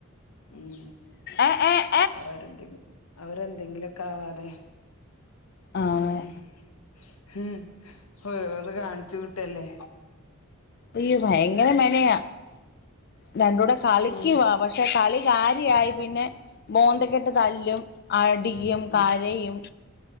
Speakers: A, on the left (about 80°); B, on the left (about 45°).
A: മ്മ്ഹ്.
B: ഏഹ് ഏഹ്
A: അവരെന്തെ അവരെന്തെങ്കിലൊക്കാവാതെ
B: ആഹ്
A: മ്മ്ഹ് ഹ് ഓരോന്ന് കാണിച്ചു കൂട്ടല്ലേ
B: ഈ ഭയങ്കര മെനയാ. രണ്ടൂടെ കളിക്ക്‌വാ
A: ഉം
B: പക്ഷെ പക്ഷെ കളി കാര്യായി പിന്നെ മോന്തക്കിട്ട് തല്ലും അടിയ്ക്കും
A: ഉം
B: കരയും